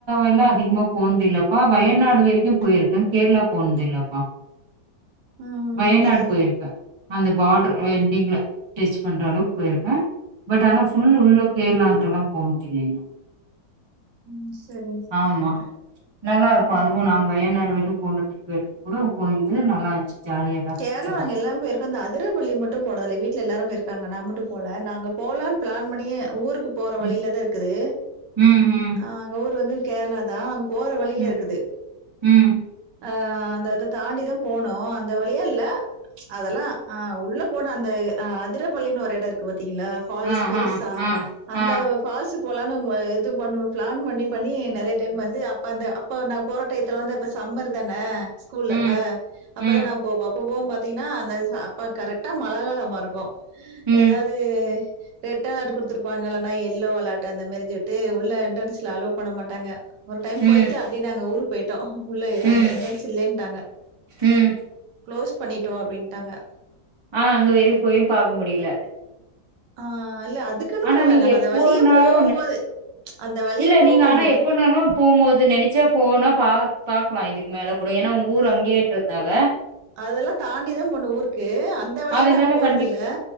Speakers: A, on the right (about 45°); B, on the right (about 80°).
A: எல்லா அதிகமா போனதுல்லப்பா வயநாடு வரிக்கு போயிருக் நா கேரளா போனது இல்லப்பா
B: ம்
A: வயநாடு
B: சரி
A: போயிருக் அந்த பார்டரு ஆ எண்டிங்ல டெச் பண்ற அளவுக்கு போயிருக்க பட் ஆனா ஃபுல்
B: ம்
A: உள்ள கேரளான்ட்டுல்லா போனதுல்ல
B: ம் செரிங்க
A: ஆமா நல்லாருக்கு அதுவு நாங்க வயநாடு வரையு போன ட்ரிப் ருக்கு கூட போய்ந்து நல்லா இருந்துச்சி ஜாலியா எல்லா ஃப்ரெண்ட்ஸ்
B: கேராள
A: எல்லா
B: நாங்க எல்லாரு போயிருக் கோ அந்த அதுரப்பள்ளி மட்டு போனதுல்ல வீட்ல எல்லாரு போயிருக்காங்க நா மட்டு போல நா அங்க போலானு பிளான் பண்ணியே ஊருக் போற வழியில
A: ம்
B: தா இருக்குது
A: ம்
B: ஆ அங்க ஊர் வந்து கேரளா தா போற வழியில
A: ம் ம்
B: இருக்குது
A: ம்
B: ஆ அந்த தாண்டிதா போனோ அந் இந்த வழியா இல்ல அதல்லா ஆ உள்ள போன அந்த அ அதிரப்பள்ளின்னு ஒரு இடோ இருக்கு பாத்தீங்களா ஃபால்ஸ்
A: ஆ
B: பெருசா
A: ஆ ஆ
B: அந்த
A: ஆ
B: ஃபால்ஸ் போகலானு ம் இது பண்ணுவ பிளான் பண்ணி பண்ணி நிறைய டைம் வந்து அப்ப அந்த அப்ப அந்த போறட்டைத்துல வந்து அப்ப சம்மர் தானே ஸ்கூல்லப்ப
A: ம் ம்
B: அப்பதா நா வோம் அப்பவோம் பாத்தீங்கன்னா அந்த ஸ் அப்ப கரெக்டா மழை காலமா இருக்கோ
A: ம்
B: ஏதாது ரெட்அலாட் குடுத்துருப்பாங்க இல்லன்னா எல்லோ அலர்ட் அந்த மாரி சொல்லிட்டு உள்ள என்ட்ரன்ஸ்ல அலோ பண்ண மாட்டாங்க ஒரு டைம்
A: ம்
B: போய்ட்டு அப்டியே நாங்க ஊருக்கு போயிட்டோ உள்ள
A: ம்
B: அங்க என்டர்ஸ் இல்லன்ட்டாங்க
A: ம்
B: குளோஸ் பண்ணிட்டோ அப்டின்ட்டாங்க
A: ஆ அங்க வெறியு போயும் பாக்க முடில
B: ஆ அல்ல அதுக்குன்னு
A: ஆனா
B: போல
A: நீங்க
B: நாங்க
A: எப்போனாலு
B: அந்த வழியே போம்போது அந்த வழியே
A: இல்ல
B: போகும்போது
A: நீங்க ஆனா எப்போனாலு போம்போது நினச்சா போனா பா பாக்கலா இதுக்கு மேல கூட ஏன்னா உங்க ஊர் அங்கேன்றதுனால
B: அதல்லா தாண்டிதா போனோ ஊருக்கு அந்த வழியா
A: அதனால
B: நாங்க போறதில்ல
A: கண்டிப்